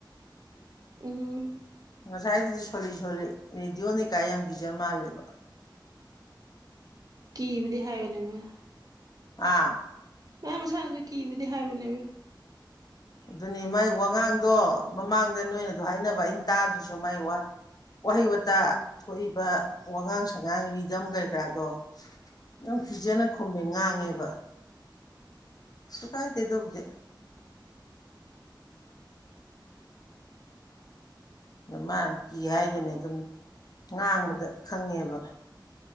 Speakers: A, on the right; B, on the left.
A: ꯎꯝ
B: ꯉꯁꯥꯏꯗꯗꯤ ꯁꯣꯜꯂꯤ ꯁꯣꯜꯂꯤ ꯔꯦꯗꯤꯑꯣꯅꯤꯀꯥꯏ ꯌꯥꯝ ꯀꯤꯖ ꯃꯥꯜꯂꯦꯕ
A: ꯀꯤꯕꯨꯗꯤ ꯍꯥꯏꯋꯦꯅꯦ ꯃꫭꯏꯅ
B: ꯑꯥ
A: ꯃꯥ ꯃꯁꯥꯁꯨ ꯀꯤꯕꯨꯗꯤ ꯍꯥꯏꯕꯅꯦꯕ
B: ꯑꯗꯨꯅꯤ ꯃꯥꯏ ꯋꯥꯉꯥꯡꯗꯣ ꯃꯃꯥꯡꯗ ꯅꯣꯏꯅꯗꯣ ꯍꯥꯏꯅꯕ ꯑꯩꯅ ꯇꯥꯗ꯭ꯔꯁꯨ ꯃꯥꯏ ꯋꯥꯍꯩ ꯋꯥꯇꯥ ꯊꯣꯛꯏꯕ ꯋꯥꯉꯥꯡ ꯁꯉꯥꯡ ꯔꯤꯗꯝ ꯀꯩꯀꯔꯥꯗꯣ ꯌꯥꯝ ꯄꯤꯖꯅ ꯈꯨꯝꯃꯦ ꯉꯥꯡꯉꯦꯕ ꯀꯩꯁꯨ ꯀꯥꯏꯗꯦ ꯗꯣꯕꯨꯗꯤ ꯃꯥꯅ ꯀꯤ ꯍꯥꯏꯗꯨꯅꯦ ꯑꯗꯨꯝ ꯉꯥꯡꯕꯗ ꯈꯪꯉꯦꯕ